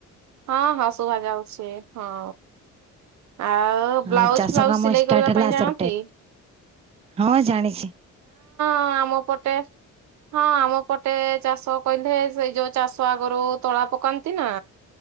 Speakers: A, on the right; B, on the right.
A: ହଁ ହଁ ଶୁଭାଯାଉଛି ହଁ। ଆଉ
B: ହଁ
A: ବ୍ଲାଉଜ
B: ଚାଷ
A: ଫ୍ଲାଉଜ
B: କାମ
A: ସିଲେଇ
B: ଷ୍ଟାର୍ଟ
A: କରିବା
B: ହେଲା
A: ପାଇଁ ଜାଣନ୍ତି?
B: ସେପଟେ ହଁ ଜାଣିଛି। <inaudible>
A: ହଁ ଆମ ପଟେ ହଁ ଆମ ପଟେ ଚାଷ କହିଲେ ସେଇ ଯୋଉ ଚାଷ ଆଗରୁ ତଳା ପକାନ୍ତି ନା।